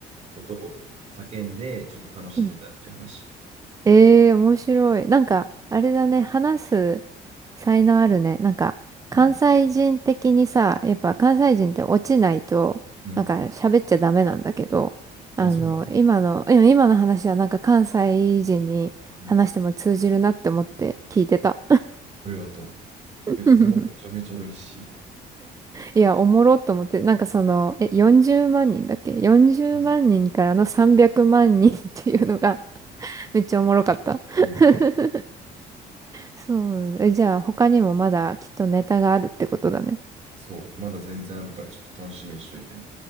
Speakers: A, on the right; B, on the right.
A: ことを叫んで、ちょっと楽しんでたっていう話。
B: うん。ええー面白い。なんか、あれだね。話す才能あるね。なんか、関西人的にさ、
A: うん。
B: やっぱ関西人って落ちないと、
A: うん。
B: なんか喋っちゃダメなんだけど、あの、
A: あ、そうなんだ。
B: 今の、いや今の話はなんか関西人に話しても通じるなって思って聞いてた。
A: うん。ありがとう。
B: <laughs>
A: え、それはめちゃめちゃ嬉しい。
B: いや、おもろっと思って、なんかその、え、40万人だっけ ?40
A: うん。
B: 万人からの300万人っていうのが <laughs> めっちゃおもろかった。
A: うん。
B: <laughs> そうなんだ。え、じゃあ他にもまだきっとネタがあるってことだね。
A: そう。まだ全然あるから、ちょっと楽しみにしといて。